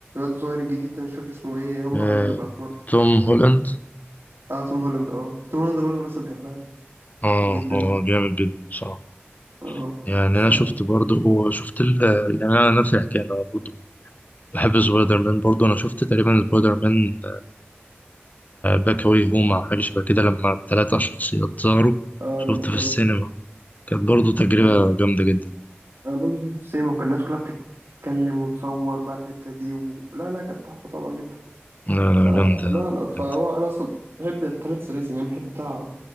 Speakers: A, on the right; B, on the left.
A: الصغير الجديد ده مش فاكر اسمه ايه هو
B: آه،
A: اللي بقى في مارفل
B: توم هولاند
A: اه توم هولاند اه توم هولاند ده برضه من الناس اللي بحبها
B: اه
A: جدا
B: هو جامد جدا بصراحة
A: اه
B: يعني أنا
A: ف
B: شفت برضه وشفت ال آه، يعني أنا نفس الحكاية أنا برضه بحب سبايدر مان برضه انا شفت تقريبا سبايدر مان باك واي هوم او حاجه شبه كده لما الثلاثه شخصيات ظهروا
A: اه
B: شفته
A: لما طلعوا
B: في السينما كانت برضه تجربه
A: و...
B: جامده جدا
A: انا برضه شفته في السينما وكان الناس كلها بتتكلم وتصور بقى الحتة دي و... لا لا كانت تحفة طبعا جدا
B: لا
A: فلا
B: لا جامده
A: لا فهو
B: جدا
A: انا اصلا بحب الثلاث سلاسل يعني بحب بتاع